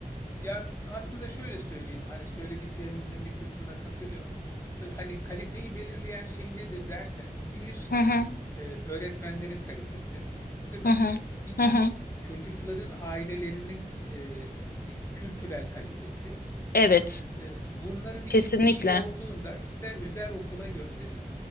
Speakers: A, on the left (about 20°); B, on the left (about 80°).
A: ya aslında şöyle söyleyeyim hani söylediklerinizin bir kısmına katılıyorum. Ee, hani kaliteyi belirleyen şey nedir derseniz bir
B: Hı hı,
A: e, öğretmenlerin kalitesi değil mi?
B: hı hı,
A: İki
B: hı hı.
A: çocukların ailelerinin e, e, kültürel kalitesi.
B: Evet,
A: E, Bunların ikisi
B: kesinlikle.
A: iyi olduğunda ister özel okula gönderin,